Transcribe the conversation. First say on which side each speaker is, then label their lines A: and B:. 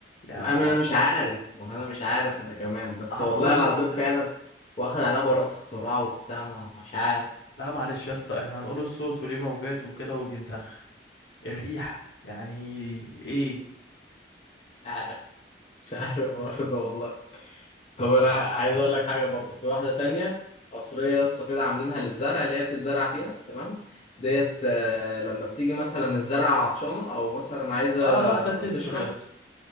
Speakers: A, on the left (about 75°); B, on the left (about 35°).
A: يا
B: ما انا مش عارف ما انا مش عارف انا كمان بس
A: هنقول
B: والله
A: الصوت
B: العظيم فعلا
A: يا-
B: واخد عليها براءة اختراع وبتاع ما- مش عارف
A: لا معلش يا اسطى احنا هنقول الصوت وليه موجات وكده وبينسخ الريحه يعني ايه
B: مش عارف مش عارف برضه والله طب انا عايز اقول لك حاجه برضو في واحده تانية قصريه يا اسطى كده عاملينها للزرع اللي هي بتتزرع فيها تمام ديت آه، لما بتيجي مثلا الزرعه عطشانه او مثلا عايزه
A: اه لا ده سنسور
B: تشرب
A: يا اسطى